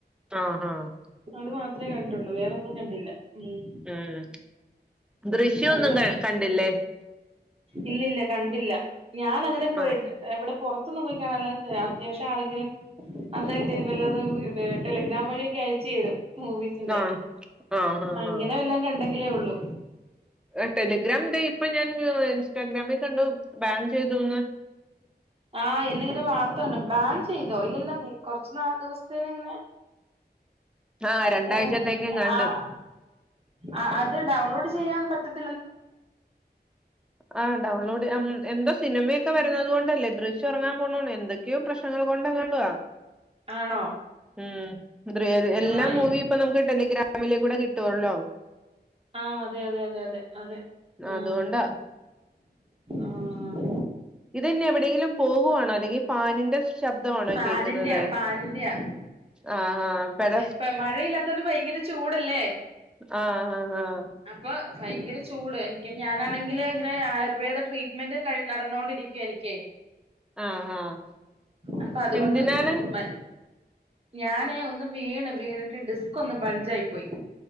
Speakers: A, in the centre; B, on the right (about 35°).
A: ആഹ്, ആഹ്
B: അത് മാത്രേ കണ്ടൊള്ളു വേറൊന്നും കണ്ടില്ല ഉം.
A: ഉം ദൃശ്യെന്നും
B: അങ്ങനെ
A: കണ്ടില്ലേ?
B: ഇല്ലില്ല കണ്ടില്ല ഞാൻ അങ്ങനെ പോയെത്
A: ആഹ്
B: എവടെ പൊർത്ത്ന്നും പോയിക്കാണല്ല അത്യാവശ്യം ആരെങ്കിലും അത് സെന്റെയ്യും അല്ലാതെയും ടെലെഗ്രാം വഴിയൊക്കെ അയച്ചെരും മൂവിസിന്റെ
A: ആഹ് ആഹ് ആഹ്
B: അങ്ങെനെ വല്ലോം കണ്ടെങ്കിലൊള്ളു.
A: ആഹ് ടെലിഗ്രാം ഇതെ ഇപ്പൊ ഞാൻ ഇൻസ്റ്റാഗ്രാമിൽ കണ്ടു ബാൻ ചെയ്യ്തൂന്ന്.
B: ആഹ് എന്നിങ്ങെനെ വാർത്ത കണ്ടു ബാൻ ചെയ്യ്തോ ഇല്ലല്ലോ കൊർച്ചു ന്നാള് ദിവസ്ത്തേ ഇങ്ങെനെ
A: ആഹ് രണ്ടാഴ്ചത്തേക്കെങ്ങാണ്ട്
B: ഏഹ്, ആഹ്, ആഹ്, ആഹ് ഇത് ഡൗൺലോഡ് ചെയ്യാൻ പറ്റത്
A: ആഹ് ഡൗൺലോഡ് അം എന്തോ സിനിമയൊക്കെ വെരുന്നത് എന്തോ സിനിമയൊക്കെ വരണത് കൊണ്ടല്ലേ ദൃശ്യം ഇറങ്ങാൻ പോണോണ് എന്തൊക്കെയോ പ്രശ്നങ്ങൾ കൊണ്ടങ്ങാണ്ടുവ.
B: ആണോ
A: ഉം ദൃ എല്ലാ
B: ആഹ്
A: മൂവിം
B: ഇ
A: ഇപ്പം നമുക്ക് ടെലിഗ്രാമിലെകൂടെ കിട്ടുവോലോ?
B: ആഹ് അതെ, അതെ, അതെ, അതെ അതെ ഉം
A: അതുകൊണ്ടാ
B: ആഹ്.
A: ഇതെന്നെ എവിടെയെങ്കിലും പോകുവാണോ അല്ലെങ്കിൽ ഫാനിന്റെ ശബ്ദമാണോ
B: ഫാനിന്റെയാ
A: കേൾക്ക്ന്നത്
B: ഫാനിന്റെയാ
A: ആഹ്, ആഹ് പെര
B: ഇപ്പം മഴയില്ലാത്തോണ്ട് ഭയങ്കരെ ചൂടല്ലേ?
A: ആഹ്, ആഹ്, ആഹ്.
B: അപ്പൊ ഭയങ്കെരെ ചൂട് എനിക്ക് ഞാനാണെങ്കില് ഇങ്ങെനെ ആയുർവേദ ട്രീറ്റ്മെന്റ് നടന്നോണ്ടിരിക്കുവ എനിക്കെ.
A: ആഹ്, ആഹ്
B: അപ്പം അത്കൊണ്ട്
A: എന്തിനാണ്
B: മ ഞാനേ ഒന്ന് വീണ് വീണിട്ട് ഡിസ്ക്കൊന്ന് ബൾജായി പോയി.